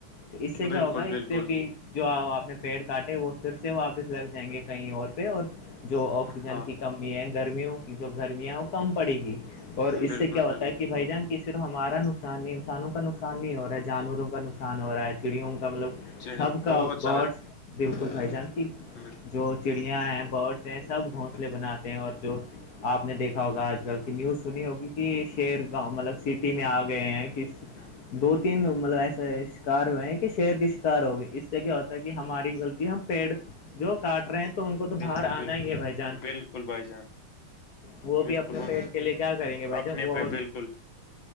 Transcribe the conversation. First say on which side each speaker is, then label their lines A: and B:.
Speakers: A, on the left; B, on the left.
A: تو اس سے کیا
B: بالکل،
A: ہوگا اس
B: بالکل،
A: سے بھی جو آپ نے پیڑ کاٹے وہ پھر سے واپس لگ جائیں گے کہیں اور پہ اور جو آکسیجن
B: ہاں،
A: کی کمی ہے گرمیوں کی جو گرمیاں وہ کم پڑے گی اور اس
B: بالکل،
A: سے کیا ہوتا
B: بالکل،
A: ہے کہ بھائی جان کس صرف ہمارا نقصان نہیں انسانوں کا نقصان نہیں ہو رہا ہے جانوروں کا نقصان ہو رہا ہے چڑیوں کا مطلب
B: چیزیں
A: سب کا
B: بہت
A: بڈ بالکل بھائی جان کی
B: جی
A: جو چڑیا ہیں باڈس ہیں سب گھونسلے بناتے ہیں اور جو آپ نے دیکھا ہوگا آج کل کی نیوز سنی ہوگی کہ شہر گاؤں مطلب سٹی میں آ گئے ہیں
B: ہاں،
A: دو تین مطلب ایسے شکار ہوئے ہیں کہ شیر کے شکار ہو گئے اس سے کیا ہوتا ہے کہ ہماری غلطی ہم پیڑ جو کاٹ رہے ہیں تو ان کو تو باہر
B: بالکل،
A: آنا
B: بالکل،
A: ہی ہے بھائی جان
B: بالکل بھائی جان،
A: وہ
B: بالکل
A: بھی اپنے
B: ان
A: پیٹ کے لیے کیا کریں گے بھائی
B: اپنے
A: ج وہ
B: پہ بالکل،